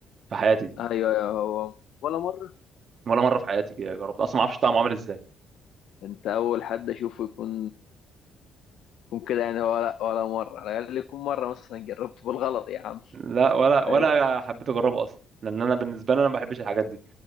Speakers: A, on the right; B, on the left.
A: في حياتي دي
B: ايوه ايوه هو ولا مره
A: ولا مره في حياتي كده جربت اصلا ما اعرفش طعمه عامل ازاي
B: انت اول حد اشوفه يكون يكون كده يعني ولا ولا مره على الاقل يكون مره مثلا جربته بالغلط يا عم
A: لا ولا
B: فاهم
A: ولا حبيت اجربه اصلا لان انا بالنسبه لي انا ما بحبش الحاجات دي